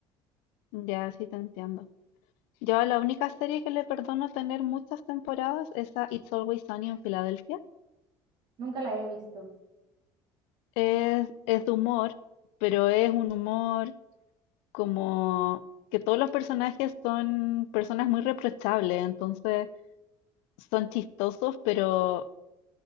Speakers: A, on the left; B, on the right.
A: Ya, sí te entiendo. Yo a la única serie que le perdono tener muchas temporadas es a It's Always Sunny en Filadelfia.
B: Nunca la he visto.
A: Es, es de humor, pero es un humor como que todos los personajes son personas muy reprochables, entonces son chistosos, pero,